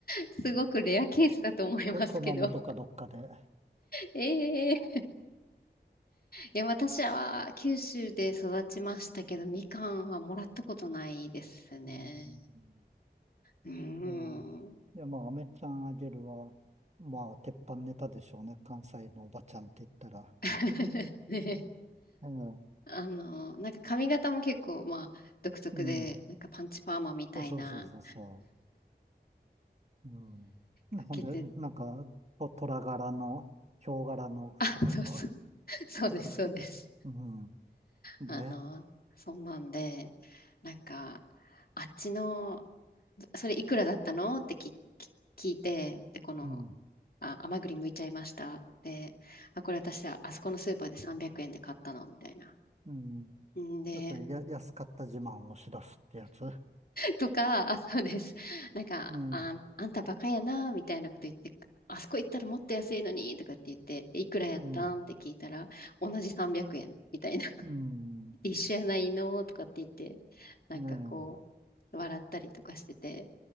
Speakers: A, on the left; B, on the right.
A: すごくレアケースだと思いますけど。
B: く、熊本かどっかで。
A: <laughs> ええいや、私は九州で育ちましたけど、みかんはもらったことないですね。
B: うん。
A: うーん。
B: うんいや、まあ、飴ちゃんあげるは、まあ、鉄板ネタでしょうね。関西のおばちゃんって言ったら。
A: <laughs> ね
B: ええ
A: あの、なんか髪型も結構、まあ、独特で、
B: うん。
A: なんかパンチパーマみたいな、
B: そうそうそうそう。うん。
A: かけて、
B: ねほんで、なんか、と虎柄の、ヒョウ柄の服とか。
A: <laughs> あ、そうそう、<laughs> そうです、
B: うん。
A: そうです。
B: うん
A: あの、
B: で、
A: そんなんで、なんか、あっちの、それいくらだったのってき、き、聞いて、で、この、
B: うん、
A: あ、甘栗剥いちゃいました。で、あ、これ私、あそこのスーパーで300円で買ったの、みたいな。
B: うん。
A: んで、
B: そしてや、安かった自慢をし出すってやつ。え
A: とか、あ、そうです。<laughs> なんか、
B: え、うん、
A: あ、あんたバカやな、みたいなこと言って、あそこ行ったらもっと安いのに、とかって言って、いくらやったんって聞いたら、
B: うん、
A: 同じ300円、みたいな。<laughs>
B: うん、
A: 一緒やないの、とかって言って、なんかこ
B: え
A: う、笑ったりとかしてて、